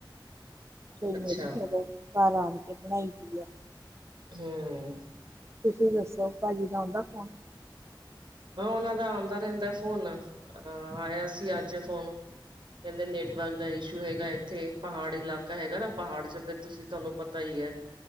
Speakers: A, on the right; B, on the right.
A: ਕੋਈ
B: ਅੱਛਾ
A: ਵੇਲੇ ਫਿਰ, ਘਰ ਆਣ ਕੇ ਬਣਾਈ ਦੀ ਆ।
B: ਹਮ।
A: ਤੁਸੀਂ ਦੱਸੋ ਭਾਜੀ ਦਾ ਆਉਂਦਾ ਫੌਣ।
B: ਹਾਂ, ਉਹਨਾਂ ਦਾ ਆਉਂਦਾ ਰਹਿੰਦਾ ਫੋਨ, ਅਹ ਆਇਆ ਸੀ ਅੱਜ ਫੋਨ। ਕਹਿੰਦੇ ਨੈਟਵਰਕ ਦਾ ਇਸ਼ੂ ਹੈਗਾ ਇੱਥੇ, ਪਹਾੜ ਇਲਾਕਾ ਹੈਗਾ ਨਾ ਪਹਾੜ ਚ ਤੁਸੀਂ ਤੁਹਾਨੂੰ ਪਤਾ ਤਾਂ ਹੀ ਹੈ।